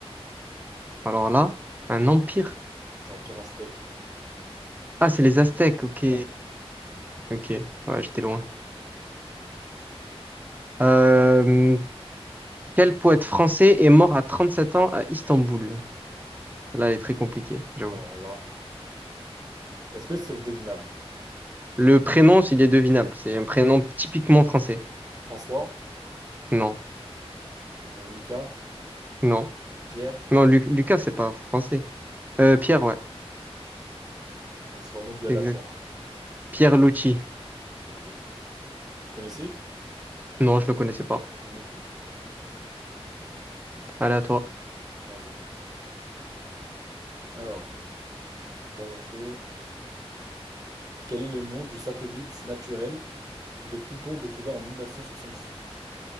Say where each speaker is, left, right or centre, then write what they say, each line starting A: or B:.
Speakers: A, on the right; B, on the right.
A: Alors là, un empire.
B: Les empires aztèques.
A: Ah, c'est les Aztèques, ok.
B: Ouais,
A: Ok, ouais, j'étais loin. Euh, quel poète français est mort à 37 ans à Istanbul? Là, elle est très compliquée, j'avoue.
B: alors là. Est-ce que c'est devinable?
A: Le prénom, s'il est devinable, c'est un prénom typiquement français.
B: François?
A: Non,
B: Euh, Lucas,
A: non,
B: Pierre.
A: non, Lu- Lucas, c'est pas français. Euh, Pierre, ouais,
B: Ok, Bah, c'est vraiment du aléatoire.
A: c'est exact.
B: hein.
A: Pierre Lucci.
B: Ok, tu connaissais?
A: Non, je le connaissais pas.
B: Moi non plus.
A: Allez, à toi.
B: Vas-y. Alors, on va changer de thème un peu. Quel est le nom du satellite naturel de Pluton découvert en 1978?